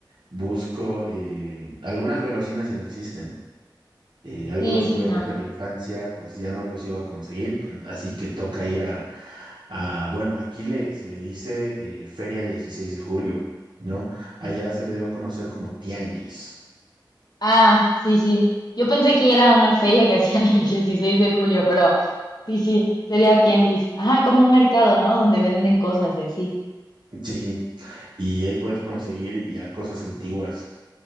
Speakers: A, on the right; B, on the left.
A: Busco eh, algunas golosinas que no existen. eh, algunos
B: sí, sí,
A: juguetes
B: no.
A: de la infancia, pues ya no los iba a conseguir, pen- así que toca ir a, a- bueno, aquí le, se le dice eh, Feria dieciséis de julio, ¿no? Allá se le debe conocer como tianguis,
B: Ah, sí, sí. Yo pensé que era una feria que <laughs> hacían el 16 de julio, pero sí, sí, sería tianguis. Ajá, como un mercado, ¿no? Donde venden cosas y así.
A: sí, y ahí puedes conseguir ya cosas antiguas.